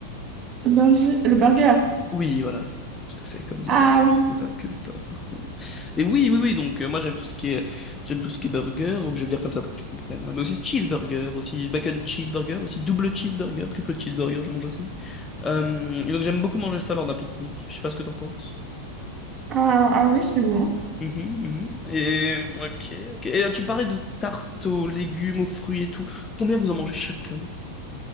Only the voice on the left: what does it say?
Oui, voilà, tout à fait, comme disaient
les,
les incultes. <laughs> Et oui, oui, oui, donc euh, moi j'aime tout ce qui est j'aime tout ce qui est burger, donc je vais le dire comme ça pour que tu comprennes. hein. Mais aussi cheeseburger, aussi bacon cheeseburger, aussi double cheeseburger, triple cheeseburger, je mange aussi. Euh, et donc j'aime beaucoup manger ça lors d'un pique-nique. Je sais pas ce que t'en penses.
Mhm, mhm. Et ok, ok. Et euh, tu me parlais de tartes aux légumes, aux fruits et tout. Combien vous en mangez chacun?